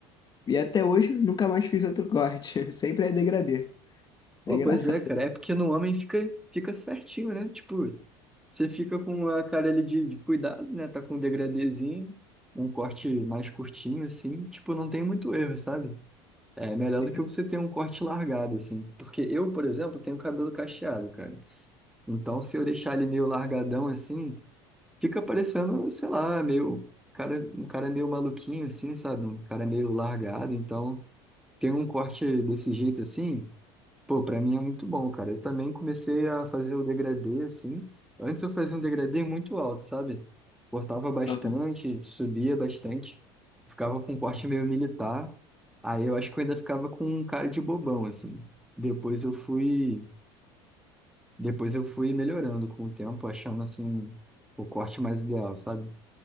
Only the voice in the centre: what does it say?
Pô,
pois é, cara. É porque no homem fica, fica certinho, né? Tipo, você fica com a cara ali de, de cuidado, né? Tá com um degradêzinho, um corte mais curtinho, assim. Tipo, não tem muito erro, sabe? É melhor
do que você ter um corte largado, assim. Porque eu, por exemplo, tenho cabelo cacheado, cara. Então, se eu deixar ele meio largadão, assim, fica parecendo, sei lá, meio... Cara, um cara meio maluquinho, assim, sabe? Um cara meio largado. Então, ter um corte desse jeito, assim, Pô, pra mim é muito bom, cara. Eu também comecei a fazer o degradê, assim. Antes eu fazia um degradê muito alto, sabe? Cortava bastante,
subia bastante. Ficava com um corte meio militar. Aí eu acho que eu ainda ficava com um cara de bobão, assim. Depois eu fui, depois eu fui melhorando com o tempo, achando, assim, o corte mais ideal, sabe?